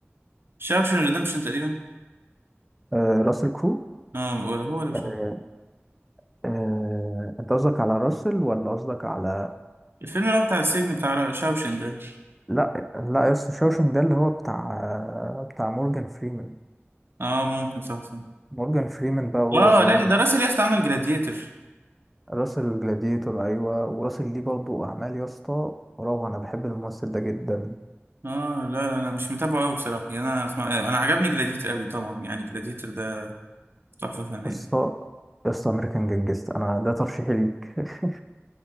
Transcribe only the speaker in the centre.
آه راسل كرو
آه
آه انت قصدك على راسل ولا قصدك على
لا لا يس شاوشنج ده اللي هو بتاع آه، بتاع مورجان فريمان
مورجان فريمان بقى وهو
صغير
راسل الجلاديتور ايوه وراسل ليه برضو اعمال يا اسطى روعة انا بحب الممثل ده جدا
قصة قصة أمريكان جانجست أنا ده ترشيحي ليك <laughs>